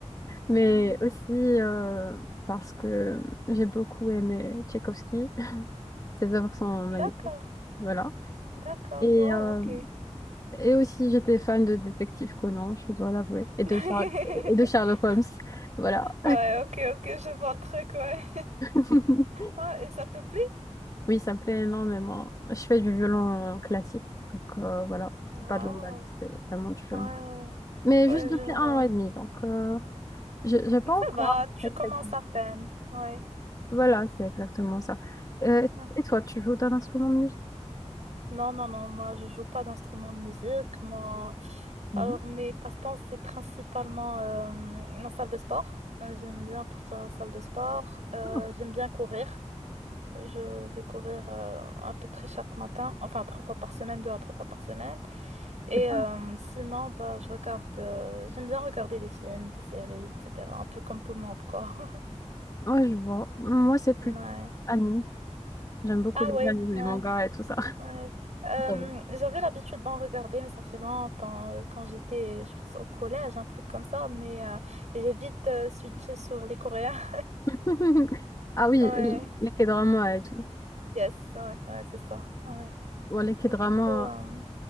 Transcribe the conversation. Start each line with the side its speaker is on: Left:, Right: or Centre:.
Left: Mais
Right: Mhm.
Left: aussi euh, parce que j'ai beaucoup aimé Tchaïkovski. Ses œuvres sont magnifiques.
Right: D'accord.
Left: Voilà.
Right: D'accord.
Left: Et,
Right: Waouh,
Left: euh,
Right: ok.
Left: et aussi, j'étais fan de Détective Conan, je dois l'avouer, et
Right: <laughs>
Left: de Sherlock, et de Sherlock Holmes. Voilà.
Right: Ouais, ok, ok, je vois le truc, ouais.
Left: <laughs>
Right: Ouais, et ça te plaît?
Left: Oui, ça me plaît énormément. Je fais du violon
Right: Ah,
Left: classique, donc euh, voilà,
Right: Waouh.
Left: c'est pas de l'emballe, c'est vraiment du violon.
Right: Ouais, ouais.
Left: Mais
Right: Ouais,
Left: juste depuis
Right: je
Left: un
Right: vois.
Left: an et demi, donc euh, j'ai j'ai pas
Right: Ça
Left: encore
Right: va, tu
Left: très très
Right: commences
Left: bien
Right: à peine.
Left: joué.
Right: Ouais.
Left: Voilà, c'est exactement ça. Euh,
Right: Ouais.
Left: et toi, tu joues d'un instrument de musique?
Right: Non, non, non, moi je joue pas d'instrument de musique. Moi,
Left: Mhm.
Right: Alors, mes passe-temps, c'est principalement euh, la salle de sport. Euh, J'aime bien partir à la salle de sport. Euh,
Left: Ah,
Right: j'aime bien courir. Je vais courir euh, à peu près chaque matin, enfin trois fois par semaine, deux à trois fois par semaine. Et
Left: c'est bien.
Right: euh, sinon, bah, je regarde, euh, j'aime bien regarder des films, des séries, etc. Un peu comme tout le monde, quoi. <laughs>
Left: Ouais, je vois. Moi, c'est plus
Right: Ouais.
Left: anime. J'aime beaucoup
Right: Ah
Left: les
Right: ouais,
Left: animes,
Right: ouais.
Left: les mangas et tout ça.
Right: Ouais. Euh,
Left: Bravo.
Right: j'avais l'habitude d'en regarder, mais ça fait longtemps, euh, quand j'étais, je pense, au collège, un truc comme ça, mais euh, j'ai vite euh, switché sur les Coréens. <laughs>
Left: <laughs> Ah oui,
Right: Ouais,
Left: les K-dramas et tout.
Right: yes, ouais, ouais, c'est ça. Ouais.
Left: Bon, les K-dramas,
Right: Du coup, euh,